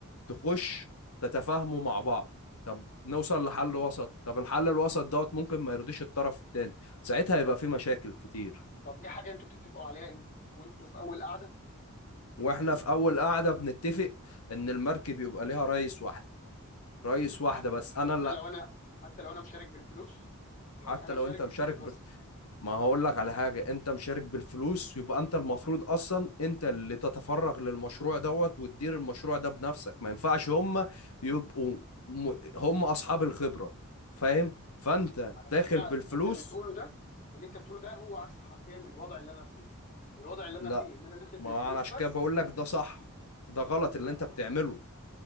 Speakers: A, on the left; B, on the left.
A: تخش تتفاهموا مع بعض طب نوصل لحل وسط طب الحل الوسط دوت ممكن ما يرضيش الطرف التاني ساعتها يبقى
B: طب
A: في مشاكل كتير
B: طب دي حاجه انتوا بتتفقوا عليها امتى وانتوا في اول قعده
A: واحنا في اول قعده بنتفق ان المركب يبقى ليها رئيس واحده رئيس واحده
B: حتى
A: بس
B: حتى
A: انا لا
B: لو انا حتى لو انا مشارك بالفلوس
A: حتى
B: يعني انا
A: لو
B: مشارك
A: انت مشارك
B: بالفلوس
A: بالف...
B: بس
A: ما هقول لك على حاجه انت مشارك بالفلوس يبقى انت المفروض اصلا انت اللي تتفرغ للمشروع دوت وتدير المشروع ده بنفسك ما ينفعش هم يبقوا م... هم اصحاب الخبره فاهم فانت
B: على
A: داخل
B: فكره
A: بالفلوس
B: اللي انت بتقوله ده اللي انت بتقوله ده هو عكس حرفيا الوضع اللي انا فيه الوضع اللي انا
A: لا
B: فيه ان انا داخل بالفلوس
A: ما انا عشان
B: بس
A: كده بقول لك ده صح ده غلط اللي
B: اه
A: انت بتعمله